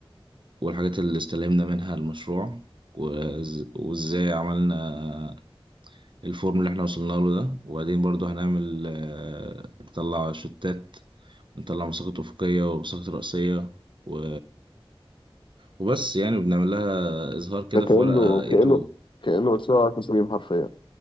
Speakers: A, on the right; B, on the left.
A: والحاجات اللي استلهمنا منها المشروع وإز- وازاي عملنا الفورم اللي احنا وصلنا له ده وبعدين برضو هنعمل آه، نطلع شتات نطلع مساقط أفقية ومساقط رأسية و... وبس يعني بنعمل لها إظهار كده
B: ده كأنه
A: في ورقة
B: كأنه
A: A2
B: كأنه مشروع تصميم حرفيا